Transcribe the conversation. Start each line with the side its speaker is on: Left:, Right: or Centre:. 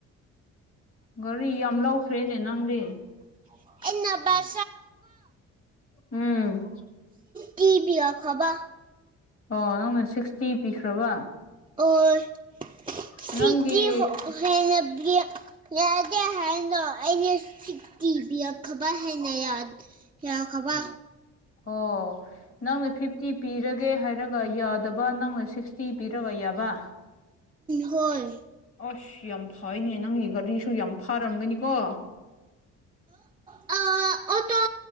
Left: ꯒꯥꯔꯤ ꯌꯥꯝ ꯂꯧꯈ꯭ꯔꯦꯅꯦ ꯅꯪꯗꯤ
Right: <unintelligible>
Left: ꯎꯝ
Right: <unintelligible>
Left: ꯑꯣ ꯅꯪꯅ ꯁꯤꯛꯁꯇꯤ ꯄꯤꯈ꯭ꯔꯕꯥ
Right: <unintelligible>
Left: ꯅꯪꯒꯤ
Right: ꯌꯥꯗ ꯍꯥꯏꯅꯀꯤ ꯑ ꯈꯕꯔ ꯍꯅ ꯌꯥꯗꯤ ꯀꯌꯥ ꯈꯕ
Left: ꯑꯣ ꯅꯪ ꯐꯤꯐꯇꯤ ꯄꯤꯔꯒꯦ ꯍꯥꯏꯔꯒ ꯌꯥꯗꯕ ꯅꯪꯅ ꯁꯤꯛꯁꯇꯤ ꯄꯤꯔꯕ ꯌꯥꯕ
Right: ꯍꯣꯏ
Left: ꯑꯁ ꯌꯥꯝ ꯐꯩꯅꯦ ꯅꯪꯒꯤ ꯒꯥꯔꯤꯁꯨ ꯌꯥꯝ ꯐꯔꯝꯒꯅꯤꯀꯣ
Right: ꯑ ꯑꯣꯇꯣ